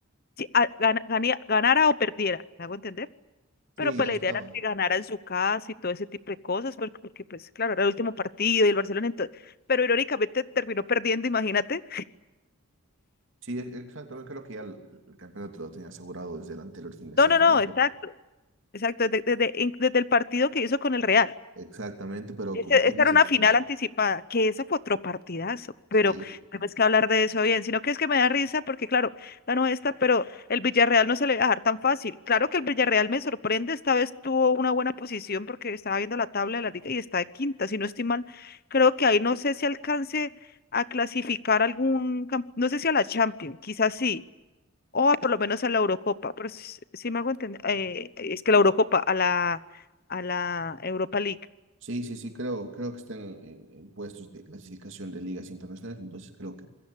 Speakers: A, on the left; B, on the right.
A: si a- gana- ganía- ganara o perdiera, ¿me hago entender? Pero
B: Sí,
A: pues
B: ya
A: la
B: estaba.
A: idea era que ganara en su casa y todo ese tipo de cosas, porque, porque pues claro, era el último partido y el Barcelona entonces, pero irónicamente terminó perdiendo, imagínate.
B: Sí, e- exactamente, creo que ya el, el campeonato lo tenía asegurado desde el anterior fin de semana,
A: No, no, no, exacto,
B: pero
A: exacto, desde, desde, in- desde el partido que hizo con el Real.
B: exactamente, pero
A: Ese-
B: como tú
A: Esta
B: dices,
A: era una final
B: no,
A: anticipada, que esa fue otro partidazo, pero
B: sí,
A: tenemos que hablar de eso bien, sino que es que me da risa porque, claro, ganó esta, pero el Villarreal no se le va a dejar tan fácil. Claro que el Villarreal me sorprende, esta vez tuvo una buena posición porque estaba viendo la tabla de la liga y está de quinta, si no estoy mal, creo que ahí no sé si alcance a clasificar algún, cam- no sé si a la Champions, quizás sí, o a por lo menos a la Eurocopa, pero si, si me hago entender, eh, es que la Eurocopa, a la, a la Europa League.
B: sí, sí, sí, creo, creo que están en, en- en puestos de clasificación de ligas internacionales, entonces creo que